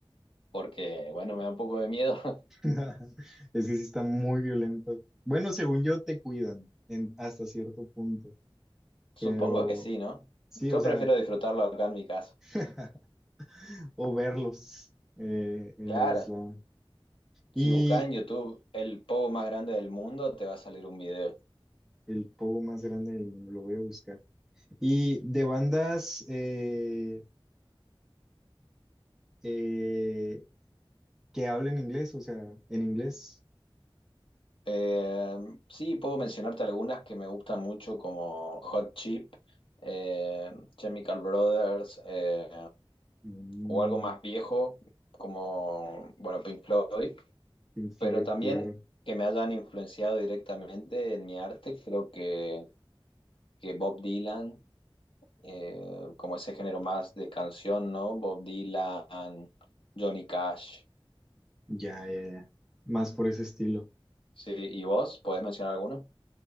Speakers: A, on the left; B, in the centre.
A: porque, bueno, me da un poco de miedo. <laughs>
B: <laughs> Es que sí está muy violento. Bueno, según yo, te cuidan en, hasta cierto punto.
A: Supongo
B: Pero
A: que sí, ¿no?
B: sí,
A: Yo
B: o sea.
A: prefiero disfrutarlo acá en mi casa. <laughs>
B: <laughs> o verlos eh, en
A: Claro,
B: el slam. Y
A: si buscas en YouTube el pogo más grande del mundo, te va a salir un video.
B: el pogo más grande del mundo, lo voy a buscar. Y de bandas eh, eh, que hablen inglés, o sea, en inglés.
A: Eh, sí, puedo mencionarte algunas que me gustan mucho, como Hot Chip, eh, Chemical Brothers. eh,
B: Mm,
A: o algo más viejo, como, bueno, Pink Floyd,
B: Pink Floyd,
A: pero también
B: claro.
A: que me hayan influenciado directamente en mi arte, creo que, que Bob Dylan, eh, como ese género más de canción, ¿no? Bob Dylan, Johnny Cash,
B: Ya, ya, ya. Más por ese estilo.
A: sí, ¿y vos? ¿Podés mencionar alguno?